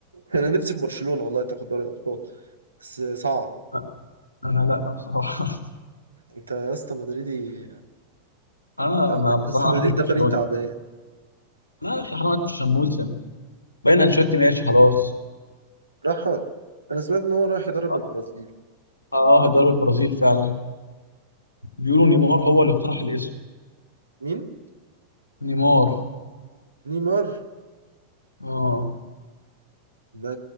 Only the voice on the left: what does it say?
أ- انا لا بصراحه <laughs>
انا
ما بصراحه
ما
بحبش برشلونه
لا يا اخي حرام عليك مش شموسه باين انشيلوتي ماشي خلاص
اه
آه، هيدرب البرازيل فعلا بيقولوا نيمار هو اللي اقترح الاسم
نيمار
اه